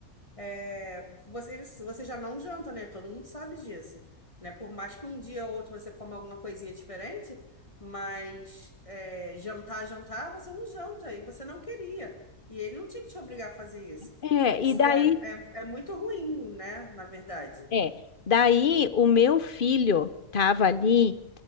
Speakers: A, on the left; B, on the left.
A: é, você, ele- você já não janta, né? Todo mundo sabe disso. Né? Por mais que um dia ou outro você coma alguma coisinha diferente. Mas é, jantar, jantar, você não janta e você não queria. E ele não tinha que te obrigar a fazer isso.
B: É,
A: Isso
B: e daí...
A: é, é, é muito ruim, né? Na verdade.
B: É. Daí o meu filho tava ali